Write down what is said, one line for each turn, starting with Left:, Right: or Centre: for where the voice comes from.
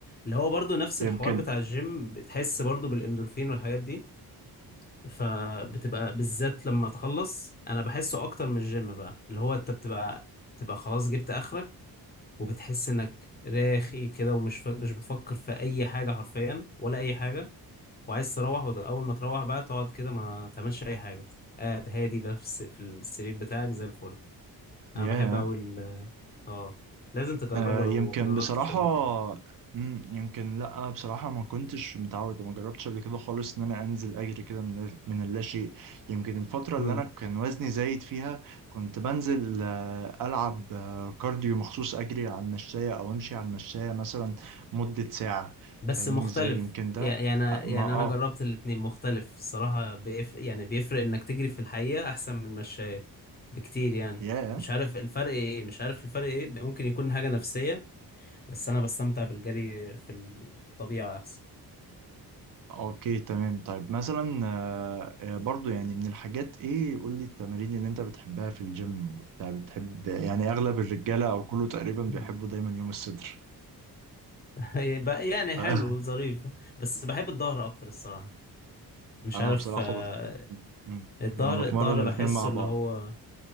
Left: اللي هو برضو نفس
Right: يمكن
Left: الحوار بتاع الجيم بتحس برضو بالاندورفين والحاجات دي فبتبقى بالذات لما تخلص انا بحسه اكتر من الجيم بقى اللي هو انت بتبقى بتبقى خلاص جبت اخرك وبتحس انك راخي كده ومش ف... مش بتفكر في اي حاجة حرفيا ولا اي حاجة وعايز تروح واول ما تروح بقى تقعد كده ما تعملش اي حاجة قاعد هادي بقى في الس- في السرير بتاعك زي الفل
Right: ياه
Left: انا بحب قوي اه لازم تجربه
Right: آه،
Left: لو
Right: يمكن
Left: مجربتش
Right: بصراحة
Left: قبل كده
Right: مم، يمكن لأ بصراحة ما كنتش متعود ما جربتش قبل كده خالص إن أنا أنزل أجري كده من من اللاشيء يمكن الفترة
Left: مم.
Right: اللي أنا كان وزني زايد فيها كنت بنزل آه، ألعب آه، كارديو مخصوص أجري على المشاية أو أمشي على المشاية مثلا مدة ساعة
Left: بس
Right: فاهمني
Left: مختلف
Right: إزاي يمكن ده
Left: يعني يعني
Right: آه، ما
Left: يعني
Right: آه
Left: انا جربت الاتنين مختلف الصراحة بيف... يعني بيفرق انك تجري في الحقيقة احسن من المشاية بكتير يعني
Right: ياه
Left: مش عارف الفرق ايه مش عارف الفرق ايه ممكن يكون حاجة نفسية بس انا بستمتع بالجري في الطبيعة احسن
Right: اوكي تمام طيب مثلا آه، آه، برضو يعني من الحاجات ايه قول لي التمارين اللي انت بتحبها في الجيم وبتاع بتحب يعني اغلب الرجاله او كله تقريبا بيحبوا
Left: مم.
Right: دايما يوم الصدر
Left: <laughs> بقى يعني
Right: <laughs>
Left: حلو ظريف بس بحب الظهر اكتر الصراحة مش
Right: انا
Left: عارف
Right: بصراحه
Left: آه،
Right: بت... <laughs> مم.
Left: الظهر
Right: انا بتمرن
Left: الظهر
Right: الاتنين
Left: بحسه
Right: مع
Left: اللي
Right: بعض
Left: هو